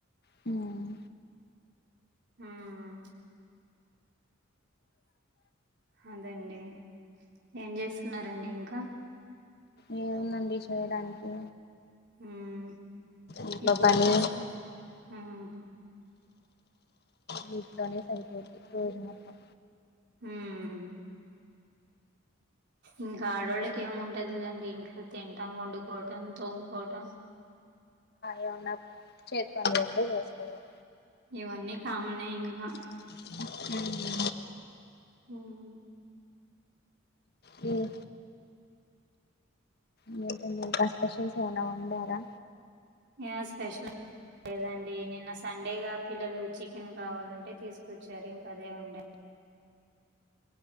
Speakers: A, on the left (about 50°); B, on the right (about 55°).
A: హ్మ్
B: హ్మ్ అదండి ఏం చేస్తున్నారండి ఇంకా
A: ఏముందండి చేయడానికి
B: హ్మ్
A: ఇంట్లో
B: భోన్
A: పని
B: చేస్తా మ్మ్
A: వీటితోనే సరిపోయిద్ది రోజు మొత్తం
B: హ్మ్ ఇంక ఆడోళ్ళకి ఏముంటది లేండి ఇంట్లో తింటం వండుకోటం తోముకోటం
A: ఏమన్నా చేతి పనులు ఉంటే చేసుకోవడం
B: ఇవన్నీ కామనే ఇంగా
A: హ్మ్
B: హ్మ్
A: హ్మ్ లేదండి ఇంకా స్పెషల్స్ ఏమైనా వండారా
B: ఏం స్పెషల్ లేదండి నిన్న సండేగా పిల్లలు చికెన్ కావాలంటే తీసుకొచ్చారు ఇంకదే వండా